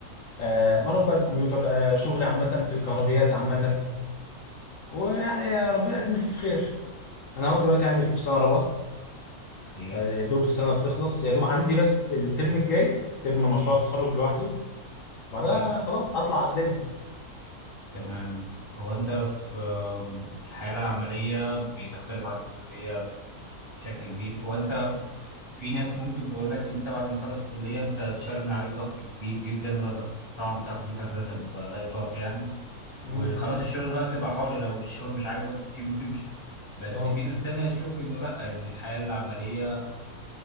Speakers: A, on the left; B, on the left.
A: آه، مرض بقى الكمبيوتر آه، شغل عامة في الكهربيات عامة ويعني يا ربنا يقدم اللي فيه في خير أنا أهو دلوقتي يعني في سنة رابعة
B: أوكي
A: آه، يا دوب السنة بتخلص يا دوب عندي بس الترم الجاي ترم مشروع التخرج لوحده بعدها
B: أوكي
A: خلاص أطلع على الدنيا
B: تمام هو أنت في آم، الحياة العملية بتختلف عن الكلية بشكل كبير وانت في ناس ممكن تقول لك ان انت بعد ما تخلص الكليه انت اتشال من عليك ضغط كبير جدا اللي هو ضغط طبعا بتاع كليه هندسه بيبقى لا يطاق يعني
A: امم
B: وخلاص الشغل بقى بتبقى حر لو الشغل مش عاجبك بتسيبه وتمشي بس
A: أه
B: في ناس تانية تشوف انه لا ان الحياه العمليه